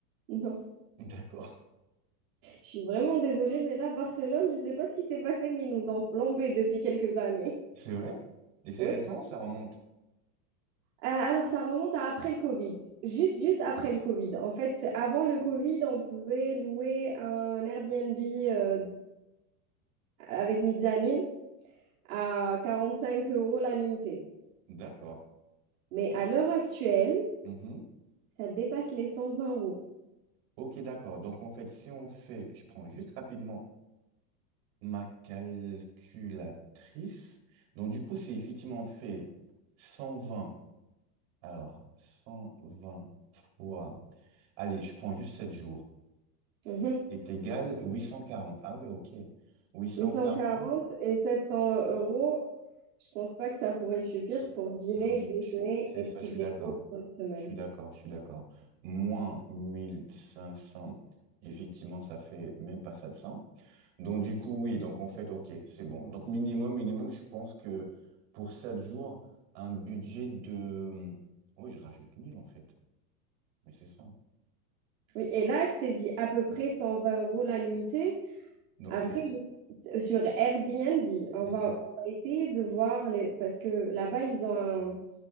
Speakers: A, on the right; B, on the right.
A: Non.
B: D'accord.
A: Je suis vraiment désolée, mais là, Barcelone, je ne sais pas ce qui s'est passé, mais ils nous ont plombé depuis quelques années.
B: C'est vrai? Et c'est
A: Oui.
B: récent, ça remonte.
A: Euh, alors, ça remonte à après le Covid. Juste, juste après le Covid. En fait, avant le Covid, on pouvait louer un Airbnb euh, avec mezzanine à 45 euros la nuitée.
B: D'accord.
A: Mais à l'heure actuelle,
B: Mhm.
A: ça dépasse les 120 euros.
B: Ok, d'accord. Donc, en fait, si on fait, je prends juste rapidement ma calculatrice. Donc, du coup, c'est effectivement on fait cent vingt Alors, 120 fois. Allez, je prends juste 7 jours.
A: Mhm.
B: est égal huit cent quarante Ah oui, ok. huit cent
A: 840
B: quarante
A: et 700 euros, je pense pas que ça pourrait suffire pour dîner,
B: Non, mais je,
A: déjeuner
B: je suis- c'est
A: et
B: ça,
A: petit
B: je suis
A: déjeuner
B: d'accord.
A: pour une semaine.
B: Je suis d'accord, je suis d'accord. Moins mille cinq cents effectivement, ça fait même pas sept cents Donc, du coup, oui, donc en fait, ok, c'est bon. Donc, minimum, minimum, je pense que pour 7 jours, un budget de... Oui, je rajoute mille en fait. Mais c'est ça.
A: Oui, et là, je t'ai dit à peu près 120 euros la nuitée.
B: Donc,
A: Après,
B: c'est...
A: je- sur Airbnb, on
B: Mhm,
A: va, on va essayer de voir les, parce que là-bas, ils ont un,